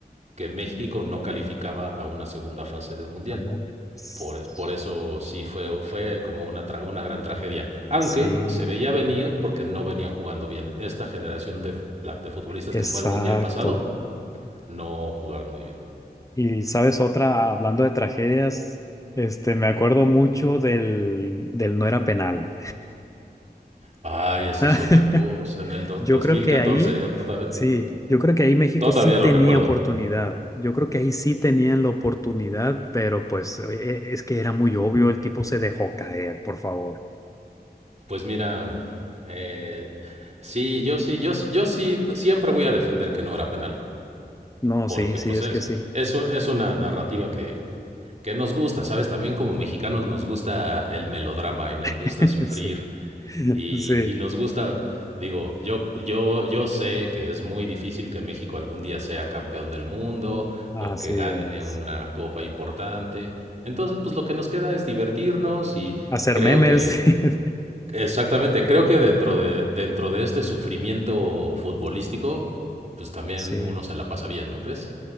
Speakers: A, on the right; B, on the left.
A: que México no calificaba a una segunda fase del Mundial.
B: ajá. S-
A: Por, por eso sí fue, fue como una, tra- una gran tragedia. Aunque
B: Sí,
A: se veía venir porque no venían jugando bien. Esta generación de, la- de futbolistas
B: exacto.
A: que fue al Mundial pasado no jugaban muy bien.
B: Y sabes otra, hablando de tragedias, este, me acuerdo mucho del, del no era penal.
A: Ay, esa
B: <laughs>
A: es otra cosa. En el do-
B: Yo
A: dos
B: creo
A: mil
B: que
A: catorce
B: ahí,
A: yo todavía,
B: sí, yo creo que ahí México
A: todavía
B: sí tenía
A: lo recuerdo.
B: oportunidad. Yo creo que ahí sí tenían la oportunidad, pero pues eh, es que era muy obvio, el tipo se dejó caer, por favor.
A: Pues mira, eh, sí, yo sí, yo, sí- yo sí siempre voy a defender que no era penal.
B: No,
A: Porque
B: sí, sí,
A: pues
B: es
A: es,
B: que sí.
A: es, u- es una narrativa que, que nos gusta, ¿sabes? También como mexicanos nos gusta el melodrama y nos
B: <laughs>
A: gusta sufrir
B: Sí,
A: y,
B: sí,
A: y nos gusta, digo, yo, yo, yo sé que es muy difícil que México algún día sea campeón del mundo
B: así
A: o que gane
B: es.
A: una copa importante. Entonces, pues lo que nos queda es divertirnos y
B: Hacer
A: creo
B: memes.
A: que,
B: <laughs>
A: exactamente, creo que dentro de, dentro de este sufrimiento futbolístico, pues también
B: Sí.
A: uno se la pasa bien, ¿no crees?